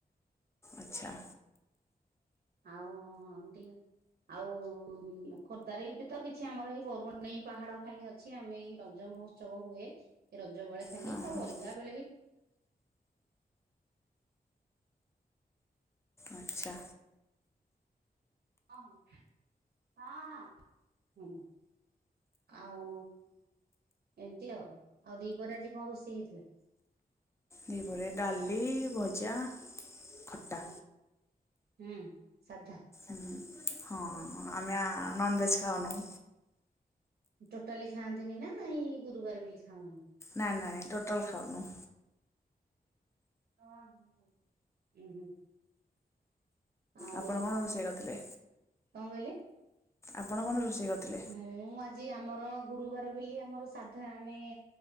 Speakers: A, on the left (about 15°); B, on the right (about 65°).
A: ଆଚ୍ଛା।
B: ଆଉ ଡ଼ି ଆଉ ଖୋର୍ଦ୍ଧାରେ ଏଇଠି ତ କିଛି ଆମର ଏଇ ବରୁଣେଇ ପାହାଡ ଖାଲି ଅଛି ଆମେ ଏଇ ରଜମଉଜ ଉଛବ ହୁଏ ରଜ ବେଳେ ଖାଲି
A: ହଁ ହଁ
B: ଆଉ ଅଲଗା ବେଳେ ବି
A: ଆଚ୍ଛା
B: ହଁ ହଁ। ଆଉ ଏମିତି ଆଉ ଆଉ ଦିପରେ ଆଜି କଣ ରୋଷେଇ ହେଇଥିଲା?
A: ଦିପରେ ଡାଲି, ଭଜା ଖଟା।
B: ହୁଁ ସାଧା
A: ଉଁ ହଁ ଆମେ ଆ ନନଭେଜ ଖାାଉନୁ।
B: ଟୋଟାଲି ଖାଆନ୍ତିନି ନା ନାଇଁ ଗୁରୁବାର ବୋଲିି ଖାାଉନ
A: ନା ନା ଟୋଟାଲ ଖାଉନୁ।
B: ଉଁ ହୁଁ। ଆଉ
A: ଆପଣ କଣ ରୋଷେଇ କରିଥିଲେ
B: କଣ କହିଲେ?
A: ଆପଣ କଣ ରୋଷେଇ କରିଥିଲେ?
B: ମୁଁ ଆଜି ଆମର ଗୁରୁବାର ବଲି ଆମର ସାଧା ଆମେ